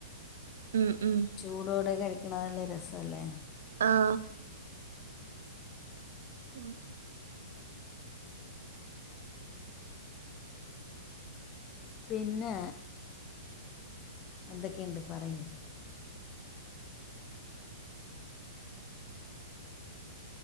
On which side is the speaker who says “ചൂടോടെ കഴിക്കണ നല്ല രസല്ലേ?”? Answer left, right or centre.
Left